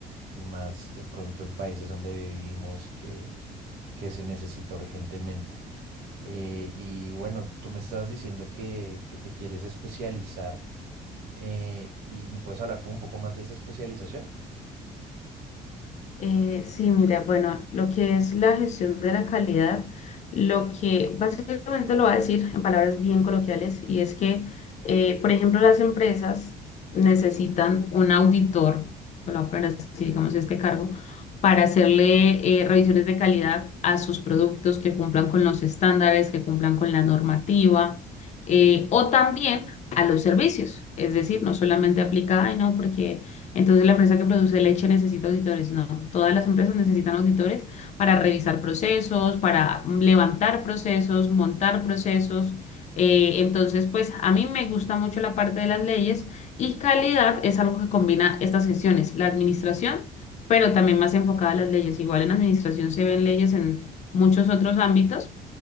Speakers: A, on the right; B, on the left.
A: Y más de pronto en países donde vivimos que, que se necesita urgentemente. Eh, y bueno, tú me estás diciendo que, que te quieres especializar eh, y me puedes hablar como un poco más de esa especialización.
B: Eh, sí, mira, bueno, lo que es la gestión de la calidad, lo que básicamente lo va a decir en palabras bien coloquiales, y es que, eh, por ejemplo, las empresas necesitan un auditor, lo voy a poner así, digamos, este cargo, para hacerle eh, revisiones de calidad a sus productos que cumplan con los estándares, que cumplan con la normativa, eh, o también a los servicios. Es decir, no solamente aplica, ay, no, porque entonces, la empresa que produce leche necesita auditores. No, todas las empresas necesitan auditores para revisar procesos, para mm, levantar procesos, montar procesos. Eh, entonces, pues a mí me gusta mucho la parte de las leyes y calidad es algo que combina estas sesiones, la administración, pero también más enfocada a las leyes. Igual en administración se ven leyes en muchos otros ámbitos,